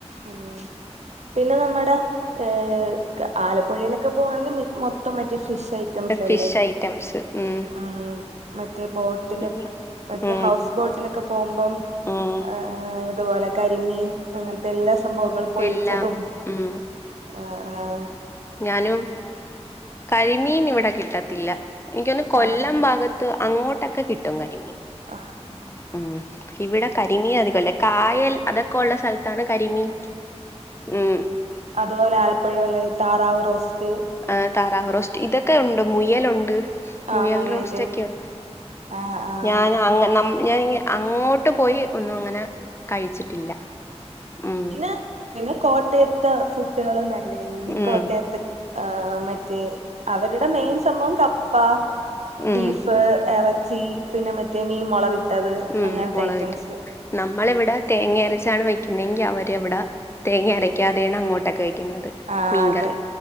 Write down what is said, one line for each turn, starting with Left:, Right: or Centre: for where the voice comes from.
Right: ഉം പിന്നെ നമ്മടെ ഏഹ് ആലപ്പുഴയിലൊക്കെ പോവാണെങ്കി മി മൊത്തം മറ്റേ ഫിഷ് തംസല്ലേ
Left: ഫിഷ് ഐറ്റംസ് ഉം
Right: ആഹ് ഉം മറ്റേ ബോട്ടില്
Left: ഈ
Right: മറ്റേ
Left: ഉം
Right: ഹൗസ് ബോട്ടിലൊക്കെ പോവുമ്പം
Left: ഉം
Right: ആഹ് ഇതുപോലെ കരിമീൻ അങ്ങേൻത്തെല്ലാ സംഭവങ്ങളും പൊള്ളിച്ചതും.
Left: എല്ലാം ഉം
Right: ആഹ് ആഹ്
Left: ഞാനും കരിമീൻ ഇവടെ കിട്ടത്തില്ല ഇൻക്ക് തോന്ന്ന്നു കൊല്ലം
Right: ആഹ് ആഹ്
Left: ഭാഗ ത്ത് അങ്ങോട്ടൊക്കെ കിട്ടും കരിമീൻ.
Right: ആഹ്
Left: ഉം ഇവിടെ കരിമീൻ അധികല്ല കായൽ അതൊക്കൊള്ള സ്ഥല താണ് കരിമീൻ ഉം
Right: അത്പോലെ ആലപ്പുഴള്ളത് താറാവ് റോസ്റ്റ്
Left: ആഹ് താറാവ് റോസ്റ്റ് ഇതൊക്കെ ഉണ്ട് മുയലുണ്ട്. മുയൽ
Right: ആഹ് മുയല്
Left: റോസ്റ്റൊക്ക്യോ
Right: ആഹ് ആഹ്
Left: ഞാന് അങ്ങ ന ഞാന് ങ്ങെ അങ്ങോട്ട് പോയി ഒന്നും അങ്ങനെ കഴിച്ചിട്ടില്ല. ഉം
Right: പിന്നെ പിന്നെ കോട്ടയത്ത് ഫുഡുകൾ നല്ലാന്നെ ഞ്
Left: ഉം
Right: കോട്ടയത്ത് ഏഹ് മറ്റേ അവരുടെ മെയിൻ സംഭവം കപ്പ
Left: ഉം
Right: ബീഫ്, എറച്ചി, പിന്നെ മറ്റേ മീൻ മൊളവിട്ടത്
Left: ഉം
Right: അങ്ങൻത്തയ്റ്റംസ്
Left: മുളകിട്ട് നമ്മളിവിടെ തേങ്ങ അരച്ചാണ് വെക്കുന്നതെങ്കി അവരെവട തേങ്ങ അരയ്ക്കാതെണ് അങ്ങോട്ടൊക്കെ വെക്കുന്നത്.
Right: ആഹ്
Left: മീൻകറി
Right: അതെ